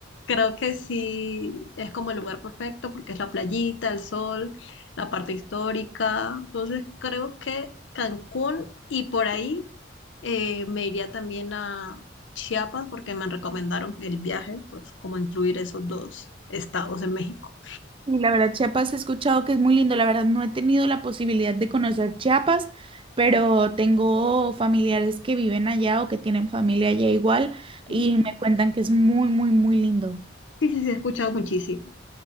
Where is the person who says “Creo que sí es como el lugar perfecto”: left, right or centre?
Left